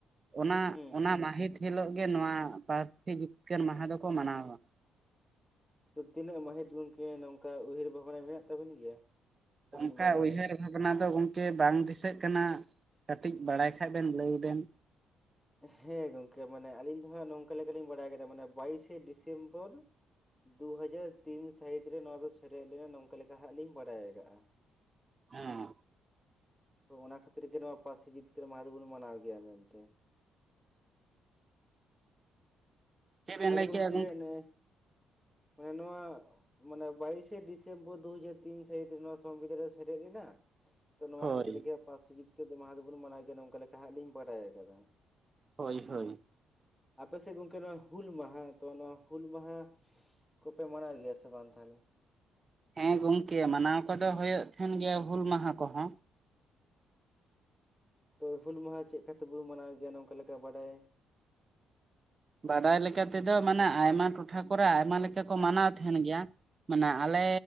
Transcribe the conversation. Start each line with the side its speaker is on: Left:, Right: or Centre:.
Right: ᱚᱱᱟ
Centre: ᱦᱩᱸ
Right: ᱚᱱᱟ
Centre: ᱦᱩᱸ
Right: ᱢᱟᱹᱦᱤᱛ ᱦᱤᱞᱳᱜ ᱜᱮ ᱱᱚᱣᱟ ᱯᱟᱹᱨᱥᱤ ᱡᱤᱛᱠᱟᱹᱨ ᱢᱟᱦᱟ ᱫᱚᱠᱚ ᱢᱟᱱᱟᱣᱟ
Centre: ᱛᱚ ᱛᱤᱱᱟᱹᱜ ᱢᱟᱦᱤᱛ ᱜᱚᱝᱠᱮ ᱱᱚᱝᱠᱟ ᱩᱭᱦᱟᱹᱨ ᱵᱷᱟᱵᱽᱱᱟ ᱢᱮᱱᱟᱜ ᱛᱟᱵᱤᱱ ᱜᱮᱭᱟ ᱥᱮᱵᱤᱱ
Right: ᱚᱱᱠᱟ
Centre: ᱵᱟᱰᱟᱭᱟ
Right: ᱩᱭᱦᱟᱹᱨ ᱠᱟᱱᱟ ᱫᱚ ᱜᱚᱝᱠᱮ ᱵᱟᱝ ᱫᱤᱥᱟᱹᱜ ᱠᱟᱱᱟ ᱠᱟᱹᱴᱤᱡ ᱵᱟᱲᱟᱭ ᱠᱷᱟ ᱵᱮᱱ ᱞᱟᱹᱭ ᱵᱮᱱ
Centre: ᱦᱮᱸ ᱜᱚᱝᱠᱮ ᱢᱟᱱᱮ ᱟᱞᱤᱧ ᱫᱚ ᱦᱟᱸᱜ ᱱᱚᱝᱠᱟ ᱞᱮᱠᱟᱞᱤᱧ ᱵᱟᱲᱟᱭ ᱠᱮᱫᱟ ᱢᱟᱱᱮ ᱵᱟᱭᱤᱥᱮ ᱰᱤᱥᱮᱢᱵᱚᱨ ᱫᱩ ᱦᱟᱡᱟᱨ ᱛᱤᱱ ᱥᱟᱹᱦᱤᱛ ᱨᱮ ᱱᱚᱶᱟ ᱫᱚ ᱥᱮᱴᱮᱨ ᱞᱮᱱᱟ ᱱᱚᱝᱠᱟ ᱞᱮᱠᱟ ᱦᱟᱸᱜ ᱞᱤᱧ ᱵᱟᱰᱟᱭ ᱟᱠᱟᱟᱜᱼᱟ
Right: ᱦᱮᱸ
Centre: ᱛᱚ ᱚᱱᱟ ᱠᱷᱟᱹᱛᱤᱨ ᱜᱮ ᱱᱚᱶᱟ ᱯᱟᱹᱨᱥᱤ ᱡᱤᱛᱠᱟᱹᱨ ᱢᱟ ᱫᱚᱵᱚᱱ ᱢᱟᱱᱟᱣ ᱜᱮᱭᱟ ᱢᱮᱱᱛᱮ
Right: ᱪᱮᱫ ᱵᱮᱱ
Centre: ᱟᱞᱮ
Right: ᱞᱟᱹᱭ
Centre: ᱜᱚᱢᱠᱮ
Right: ᱠᱮᱜᱼᱟ
Centre: ᱚᱱᱮ ᱢᱟᱱᱮ ᱱᱚᱶᱟ ᱢᱟᱱᱮ ᱵᱟᱭᱤᱥᱮ ᱰᱤᱥᱮᱢᱵᱚᱨ ᱫᱩᱦᱡᱟᱨ ᱛᱤᱱ ᱥᱟᱹᱦᱤᱛ ᱨᱮ ᱱᱚᱣᱟ ᱥᱚᱝᱵᱤᱫᱷᱟᱱ ᱨᱮ ᱥᱮᱞᱮᱫ ᱞᱮᱱᱟ ᱛᱚ ᱱᱚᱶᱟ
Right: ᱦᱳᱭ
Centre: ᱠᱷᱟᱹᱛᱤᱨ ᱜᱮ ᱯᱟᱹᱨᱥᱤ ᱡᱤᱛᱠᱟᱹᱨ ᱢᱟᱦᱟ ᱫᱚᱵᱚᱱ ᱢᱟᱱᱟᱣ ᱜᱮᱭᱟ ᱱᱚᱝᱠᱟ ᱞᱮᱠᱟ ᱦᱟᱸᱜ ᱞᱤᱧ ᱵᱟᱰᱟᱭ ᱠᱟᱫᱟ
Right: ᱦᱳᱭ ᱦᱳᱭ
Centre: ᱟᱯᱮ ᱥᱮᱫ ᱜᱚᱝᱠᱮ ᱦᱩᱞ ᱢᱟᱦᱟ ᱛᱚ ᱱᱚᱣᱟ ᱦᱩᱞ ᱢᱟᱦᱟ ᱠᱚᱯᱮ ᱢᱟᱱᱟᱣ ᱜᱮᱭᱟ ᱥᱮ ᱵᱟᱝ ᱛᱟᱦᱚᱞᱮ
Right: ᱦᱮᱸ ᱜᱚᱝᱠᱮ ᱢᱟᱱᱟᱣ ᱠᱚᱫᱚ ᱦ ᱦᱩᱭᱩᱜ ᱛᱟᱦᱮᱱ ᱜᱮᱭᱟ ᱦᱩᱞ ᱢᱟᱦᱟ ᱠᱚᱦᱚᱸ
Centre: ᱛᱚ ᱦᱩᱞ ᱢᱟᱦᱟ ᱪᱮᱫ ᱠᱟ ᱞᱮᱠᱟᱛᱮ ᱵᱚ ᱢᱟᱱᱟᱣ ᱜᱮᱭᱟ ᱱᱚᱝᱠᱟ ᱞᱮᱠᱟ ᱵᱟᱰᱟᱭ
Right: ᱵᱟᱰᱟᱭ ᱞᱮᱠᱟ ᱛᱮᱫᱚ ᱢᱟᱱᱮ ᱟᱭᱢᱟ ᱴᱚᱴᱷᱟ ᱠᱚᱨᱮ ᱟᱭᱢᱟ ᱞᱮᱠᱟ ᱠᱚ ᱢᱟᱱᱟᱣ ᱛᱟᱦᱮᱱ ᱜᱮᱭᱟ ᱢᱟᱱᱮ ᱟᱞᱮ